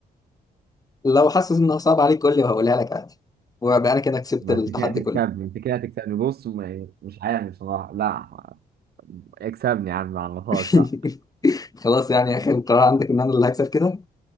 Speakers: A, on the left; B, on the right.
A: لو حاسس إنها صعبة عليك قول لي وهقولها لك عادي وأبقى أنا كده كسبت
B: ما
A: التحدي
B: انت كده تكسبني
A: كله
B: انت كده تكسبني بص ما- مش عارف بصراحة لا اكسبني يا عم ما عرفهاش
A: <laughs>
B: لا
A: خلاص يعني آخر قرار عندك إن أنا اللي هكسب كده